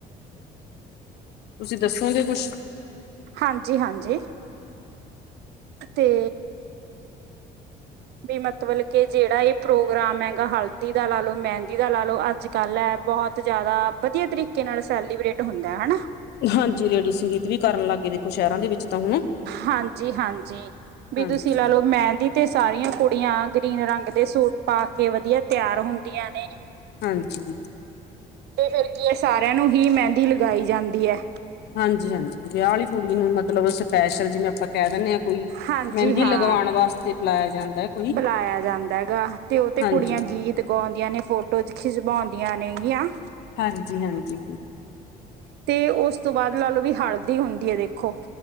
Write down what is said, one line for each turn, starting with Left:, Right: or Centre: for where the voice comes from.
Left: ਤੁਸੀਂ ਦੱਸੋਗੇ ਕੁਛ
Right: ਹਾਂਜੀ ਹਾਂਜੀ। ਤੇ ਤੇ ਮਤਬਲ ਕੇ, ਜਿਹੜਾ ਇਹ ਪ੍ਰੋਗਰਾਮ ਹੈਗਾ, ਹਲਦੀ ਦਾ ਲਾਲੋ ਮਹਿੰਦੀ ਦਾ ਲਾਲੋ ਅੱਜ ਕੱਲ ਐ ਬਹੁਤ ਜ਼ਿਆਦਾ ਵਧੀਆ ਤਰੀਕੇ ਨਾਲ ਸੈਲੀਬ੍ਰੇਟ ਹੁੰਦਾ ਹਨਾ।
Left: ਹਾਂਜੀ ਲੇਡੀ ਸੰਗੀਤ ਵੀ ਕਰਨ ਲੱਗ ਗਏ ਦੇਖੋ ਸ਼ਹਿਰਾਂ ਦੇ ਵਿੱਚ ਤਾਂ ਹੁਣ
Right: ਹਾਂਜੀ ਹਾਂਜੀ। ਵੀ
Left: ਹਾਂਜੀ
Right: ਤੁਸੀਂ ਲਾ ਲੋਓ, ਮੈਦੀ ਤੇ ਸਾਰੀਆਂ ਕੁੜੀਆਂ ਗ੍ਰੀਨ ਰੰਗ ਦੇ ਸੂਟ ਪਾ ਕੇ ਵਧੀਆਂ ਤਿਆਰ ਹੁੰਦੀਆਂ ਨੇ।
Left: ਹਾਂਜੀ।
Right: ਤੇ ਫਿਰ ਕੀ, ਇਹ ਸਾਰਿਆਂ ਨੂੰ ਹੀ ਮਹਿੰਦੀ ਲਗਾਈ ਜਾਂਦੀ ਐ।
Left: ਹਾਂਜੀ ਹਾਂਜੀ, ਵਿਆਹ ਵਾਲੀ ਕੁੜੀ ਨੂੰ ਮਤਲਬ ਸਪੈਸ਼ਲ ਜਿਵੇਂ ਆਪਾਂ ਕਹਿ ਦਿੰਦੇ ਐ ਕੋਈ
Right: ਹਾਂਜੀ
Left: ਮਹਿੰਦੀ
Right: ਹਾਂ
Left: ਲਗਵਾਉਣ ਵਾਸਤੇ ਬਲਾਇਆ ਜਾਂਦਾ। ਹੈ ਕੋਈ
Right: ਬੁਲਾਇਆ ਜਾਂਦਾ ਹੈਗਾ, ਤੇ ਉਹ ਤੇ
Left: ਹਾਂਜੀ
Right: ਕੁੜੀਆਂ ਗੀਤ ਗਾਉਂਦੀਆਂ ਨੇ ਫੋਟੋ ਖਿਚਵਾਉਂਦੀਆਂ ਨੇਗੀਆਂ।
Left: ਹਾਂਜੀ ਹਾਂਜੀ।
Right: ਤੇ, ਉਸ ਤੋਂ ਬਾਅਦ ਲਾ ਲਓ, ਵੀ ਹਲਦੀ ਹੁੰਦੀ ਹੈ ਦੇਖੋ।